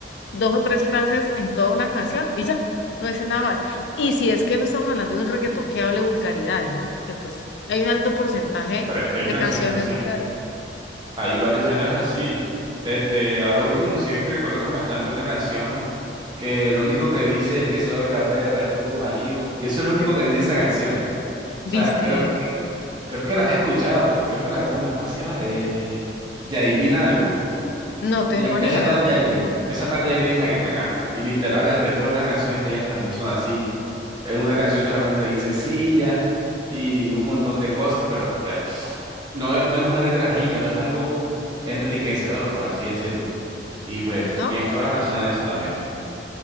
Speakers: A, on the left (about 70°); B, on the right (about 25°).
A: dos o tres frases en toda una canción y ya, no dicen nada más. Y si es que no estamos hablando de un reggaetón que hable vulgaridades, ¿no? Porque pues hay un alto porcentaje
B: Pero es que hay
A: de
B: canciones
A: canciones
B: así.
A: vulgares.
B: Hay varios géneros así. Este, ahora último, sí he visto que colocan bastante una canción que lo único que dice es que soy la perra de tu marido. Y eso es lo único que dice esa canción. O sea,
A: ¿Viste?
B: creo que, creo que las he escuchado. pues, Creo que la canta una, ¿cómo se llama? Eh, Yailin algo.
A: No tengo
B: Ya,
A: ni
B: esa
A: idea,
B: tal Yailin, esa tal Yailin es la que la canta. Y literal, el resto de las canciones de ellas también son así. En una canción solamente dice silla y un montón de cosas, pero pues no, es- no es una letra rica, no es algo enriquecedor, por así decirlo. Y pues
A: ¿no?
B: tienes toda la razón en eso también.